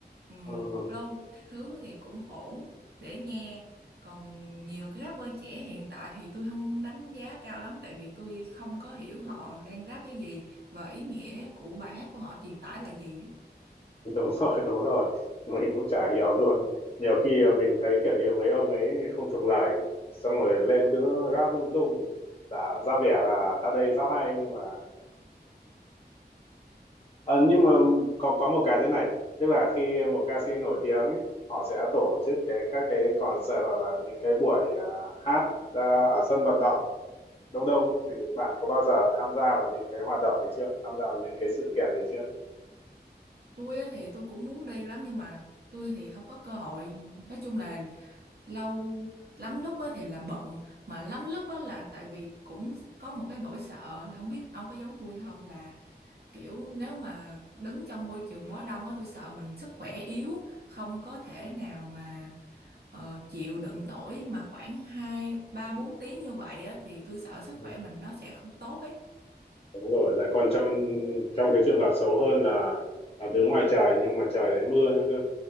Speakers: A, on the right; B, on the left.
A: Ừm,
B: ừ. ừ.
A: flow cái thứ thì cũng ổn để nghe. Còn nhiều cái rapper trẻ hiện tại thì tôi không đánh giá cao lắm tại vì tôi không có hiểu họ đang rap cái gì và ý nghĩa của bài hát của họ truyền tải là gì ấy.
B: <laughs> đúng rồi đúng rồi mình cũng chả hiểu luôn nhiều khi à, mình thấy kiểu như mấy ông ấy không thuộc lời xong rồi lên cứ rap lung tung giả ra vẻ là ta đây rap hay nhưng mà Ờ, nhưng mà có có một cái thế này tức là khi một ca sĩ nổi tiếng ấy, họ sẽ tổ chức cái các cái concert hoặc là những cái buổi à, hát ra ở sân vận động đông đông ấy, thì bạn có bao giờ tham gia vào những cái hoạt động ấy chưa tham gia vào những cái sự kiện ấy chưa
A: Tôi á thì tôi cũng muốn đi lắm nhưng mà tôi thì không có cơ hội. Nói chung là lâu lắm lúc á thì là bận mà lắm lúc á là tại vì cũng có một cái nỗi sợ là không biết ông có giống tôi không là kiểu nếu mà đứng trong môi trường quá đông á tôi sợ mình sức khỏe yếu không có thể nào mà ờ, chịu đựng nổi mà khoảng hai ba bốn tiếng như vậy á thì tôi sợ sức
B: Ừ,
A: khỏe mình nó sẽ không tốt ấy
B: Đúng rồi, lại còn trong trong cái trường hợp xấu hơn là, là đứng ngoài trời nhưng mà trời lại mưa nữa cơ